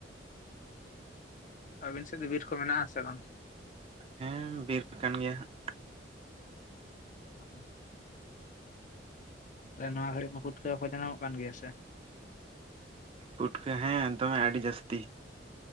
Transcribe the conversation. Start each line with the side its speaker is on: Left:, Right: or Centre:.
Left: ᱟᱵᱤᱱ ᱥᱮᱫ ᱫᱚ ᱵᱤᱨ ᱠᱚ ᱢᱮᱱᱟᱜᱼᱟ ᱥᱮ ᱵᱟᱝ?
Right: ᱦᱮᱸ ᱵᱤᱨ ᱠᱟᱱ ᱜᱮᱭᱟ ᱦᱟᱸᱜ᱾
Left: <inaudible> ᱨᱮᱱ ᱱᱚᱣᱟ ᱜᱷᱟᱹᱲᱤᱡ ᱢᱟ ᱯᱷᱩᱴᱠᱟᱹᱣ ᱠᱚ ᱡᱟᱱᱟᱢᱚᱜ ᱠᱟᱱ ᱜᱮᱭᱟ ᱥᱮ᱾
Right: ᱯᱩᱴᱠᱟᱹ ᱦᱮᱸ ᱫᱚᱢᱮ ᱟᱹᱰᱤ ᱡᱟᱹᱥᱛᱤ ᱾